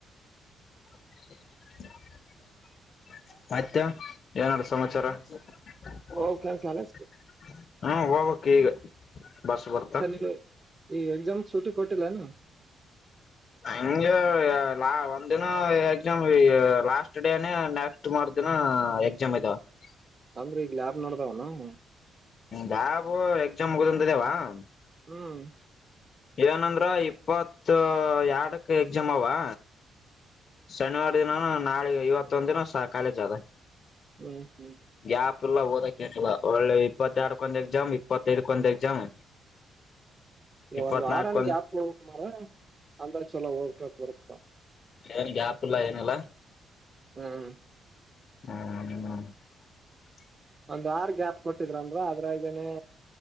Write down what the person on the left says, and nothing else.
<unintelligible> ಆಯ್ತ ಏನ <unintelligible> ಸಮಾಚಾರ <unintelligible>
ಹಾ ಹೋಗಕೆ ಈಗ ಬಸ್
ಬರ್ತಾ
ಹಂಗೆ ಲಾ ಒಂದ ದಿನ ಎಕ್ಸಾಮ್ ಲಾಸ್ಟ್ ಡೇನ ನೆಕ್ಸ್ಟ್ ಮರು ದಿನ ಹಾ ಎಕ್ಸಾಮ್ ಐತವಾ <unintelligible>
ಲ್ಯಾಬ್ ಎಕ್ಸಾಮ್ ಮುಗ್ಧಗಳೇ ಇದಾವ <unintelligible>
ಏನಂದ್ರ ಇಪ್ಪತ್ ಎರ್ಡಕ್ ಎಕ್ಸಾಮ್ ಅವಾ ಶನಿವಾರ ದಿನಾನ ನಾಳೆ ಇವತ್ತೊಂದ ದಿನ ಕಾಲೇಜ್ ಅದ
ಗ್ಯಪುಲ್ಲ ಬದ <unintelligible> ಒಳ್ಳೆ ಇಪ್ಪತ್ತ ಎರಡ್ಕೊಂದ ಎಕ್ಸಾಮ್ ಇಪ್ಪತ್ತೈದಕೊಂದ ಎಕ್ಸಾಮ್
ಇಪ್ಪತ್ನಾಲ್ಕ
ಒಂದ್
ಏನ್ ಗ್ಯಾಪ್ ಇಲ್ಲ ಏನಲ್ಲ
ಹ <unintelligible>